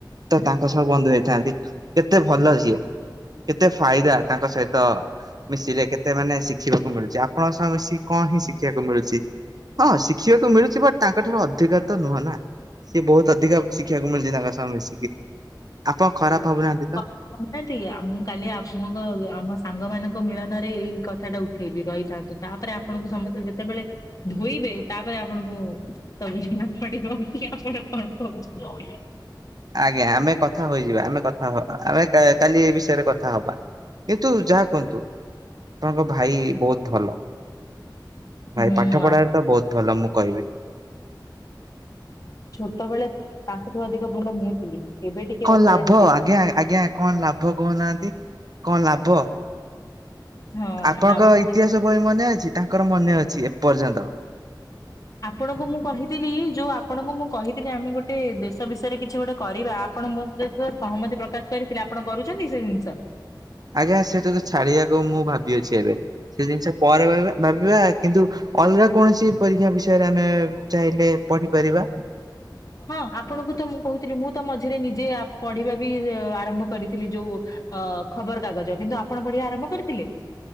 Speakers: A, on the right; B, on the left.
A: ତ ତାଙ୍କ ସହ ବନ୍ଧୁ ହେଇଥାନ୍ତି। କେତେ ଭଲ ଯିଏ କେତେ ଫାଇଦା ତାଙ୍କ ସହିତ ମିଶିଲେ କେତେ ମାନେ ସି ଦେଖିବାକୁ ମିଳୁଛି। ଆପଣଙ୍କ ସହ ମୀଶୀ କଣ ହିଁ ଶିଖିବାକୁ ମିଳୁଛି? ହଁ ଶିଖିବାକୁ ମିଳୁଛି ବଟ ତାଙ୍କ ଠାରୁ ଅଧିକା ତ ନୁହଁ ନା? ସିଏ ବହୁତ ଅଧିକା ଶିଖିବାକୁ ମିଳଛି ତାଙ୍କ ସମୟ ମିଶିକି। ଆପଣ ଖରାପ ଭାବୁନାହାନ୍ତି ତ?
B: <unintelligible> ମୁଁ କାଲି ଆପଣଙ୍କ ଆମ ସାଙ୍ଗ ମାନଙ୍କ ମିଳନରେ ଏଇ କଥା ଟା ଉଠେଇବି ରହିଥାନ୍ତୁ। ତାପରେ ଆପଣଙ୍କୁ ସମସ୍ତେ ଯେତେବେଳେ ଧୋଇବେ ତାପରେ ଆପଣଙ୍କୁ ତ ବି ନା ପଡିପ <inaudible>
A: ଆଜ୍ଞା ଆମେ କଥା ହୋଇଯିବା ଆମେ କଥା ହବା ଆମେ କାଲି ଏ ବିଷୟରେ କଥା ହବା। କିନ୍ତୁ ଯାହା କୁହନ୍ତୁ ଆପଣଙ୍କ ଭାଇ ବହୁତ ଭଲ, ଭାଇ
B: ମୁଁ
A: ପାଠ ପଢାରେ
B: ଆ-
A: ତ ବହୁତ ଭଲ ମୁଁ କହିବି।
B: ଛୋଟ ବେଳେ ତାଙ୍କଠୁ ଅଧିକ ଭଲ ମୁହ <inaudible> ଏବେ ଟିକେ
A: କଣ
B: ବାତେରା
A: ଲାଭ
B: ହେଇଯାଇଛି।
A: ଆଜ୍ଞା ଆଜ୍ଞା କଣ ଲାଭ କହୁନାହାନ୍ତି କଣ ଲାଭ?
B: ହଁ।
A: ଆପଣଙ୍କ
B: ଲାଭ ଥାଏ।
A: ଇତିହାସ ବହି ମନେ ଅଛି ତାଙ୍କର ମନେ ଅଛି ଏପର୍ଯ୍ୟନ୍ତ।
B: ଆପଣଙ୍କୁ ମୁଁ କହିଥିଲି ଯୋଉ ଆପଣଙ୍କୁ ମୁଁ କହିଥିଲି ଆମେ ଗୋଟେ ଦେଶ ବିଷୟରେ କିଛି ଗୋଟେ କରିବା ଆପଣ ସହମତି ପ୍ରକାଶ କରିଥିଲେ ଆପଣ କରୁଛନ୍ତି ସେ ଜିନିଷ?
A: ଆଜ୍ଞା ସେଟାକୁ ଛାଡିବାକୁ ମୁଁ ଭାବିଅଛି ଏବେ ସେ ଜିନିଷ ପରେ ଭାବିବା କିନ୍ତୁ ଅଲଗା କୌଣସି ପରୀକ୍ଷା ବିଷୟରେ ଆମେ ଚାହିଁଲେ ପଢିପାରିବା।
B: ହଁ ଆପଣଙ୍କୁ ତ ମୁଁ କହୁଥିଲି ମୁଁ ତ ମଝିରେ ନିଜଆ ପଢିବା ବି ଆରମ୍ଭ କରିଥିଲି ଯୋଉ ଅ ଖବର କାଗଜ କିନ୍ତୁ ଆପଣ ବଢ଼ୀଆ ଆରମ୍ଭ କରିଥିଲେ?